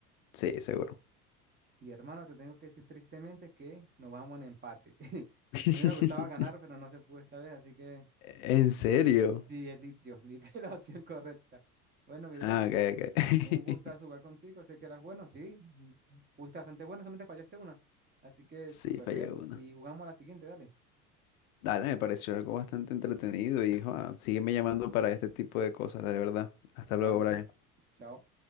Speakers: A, on the left (about 65°); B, on the right (about 20°).
A: Sí, seguro.
B: Y hermano, te tengo que decir tristemente que nos vamos en empate. <laughs>
A: <laughs>
B: Me hubiera gustado ganar, pero no se pudo esta vez, así que
A: ¿En serio?
B: sí, es litio. <laughs> Litio es la opción correcta. Bueno, mi bro,
A: Ah, ok, ok.
B: un gusto jugar
A: <laughs>
B: contigo. Sé que eras bueno, sí. Fuiste bastante bueno, solamente fallaste una. Así que
A: Sí,
B: súper
A: fallé
B: bien.
A: uno.
B: Y jugamos a la siguiente, dale.
A: Dale, me pareció algo bastante entretenido y joa, sígueme llamando para este tipo de cosas, de verdad. Hasta
B: Dale,
A: luego, Brian.
B: chao.